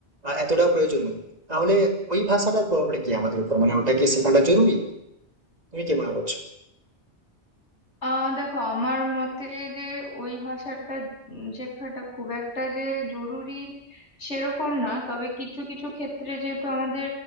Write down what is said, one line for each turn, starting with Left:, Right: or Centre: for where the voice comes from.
Right: আহ, এতটাও প্রয়োজন নয় তাহলে ওই ভাষাটার প্রভাবটা কি আমাদের উপর মানে ওটা কি শেখাটা জরুরি তুমি কি মনে করছো
Left: আহ দেখো আমার মতে যে ওই ভাষাটা উম শেখাটা খুব একটা যে জরুরি সেরকম না তবে কিছু কিছু ক্ষেত্রে যেহেতু আমাদের